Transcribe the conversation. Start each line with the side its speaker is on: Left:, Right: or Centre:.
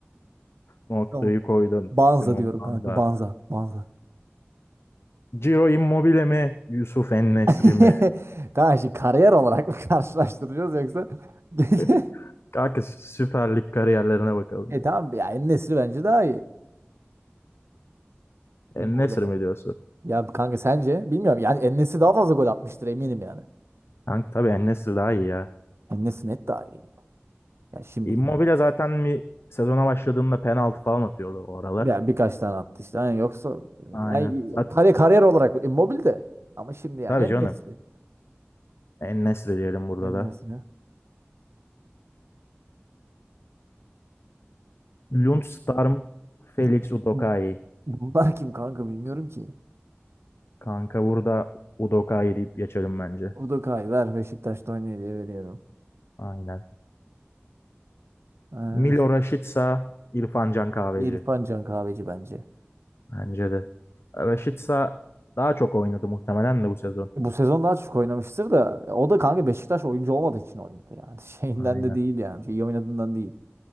Right: <laughs>
Left: noktayı
Right: Tamam.
Left: koydun.
Right: Banza
Left: Simon
Right: diyorum
Left: Banza.
Right: kanka. Banza. Banza.
Left: Ciro Immobile mi? Yusuf En-Nesyri
Right: <laughs>
Left: mi?
Right: Tamam şimdi kariyer olarak mı <laughs> karşılaştıracağız yoksa? <laughs>
Left: <laughs> Kanka Süper Lig kariyerlerine bakalım.
Right: E
Left: direkt.
Right: tamam ya En-Nesyri bence daha iyi. Immobile'den.
Left: En-Nesyri mi diyorsun?
Right: Ya kanka sence? Bilmiyorum. Yani En-Nesyri daha fazla gol atmıştır eminim yani.
Left: Kanka tabii En-Nesyri daha iyi ya.
Right: Enes net daha iyi. Ya şimdilik.
Left: Immobile zaten bir sezona başladığında penaltı falan atıyordu o aralar.
Right: Ya birkaç tane attı işte. Yani yoksa
Left: Aynen.
Right: yani
Left: Zaten,
Right: kariyer, kariyer olarak Immobile de. Ama şimdi yani
Left: tabii
Right: En-Nesyri.
Left: canım. En-Nesyri diyelim burada
Right: Enes'ine.
Left: da. Lundstarm,
Right: Bu-
Left: Felix
Right: bu-
Left: Udokai.
Right: bu- Bunlar kim kanka bilmiyorum ki.
Left: Kanka burada Udokai deyip geçelim bence.
Right: Udokay ver Beşiktaş'ta oynuyor diye veriyorum.
Left: Aynen.
Right: Ha,
Left: Milo Rashica, İrfan Can Kahveci.
Right: İrfan Can Kahveci bence.
Left: Bence de. Raşit daha çok oynadı muhtemelen de bu sezon.
Right: Bu sezon daha çok oynamıştır da o da kanka Beşiktaş oyuncu olmadığı için oynadı yani. <laughs> Şeyinden
Left: Aynen.
Right: de değil yani. şey İyi oynadığından değil.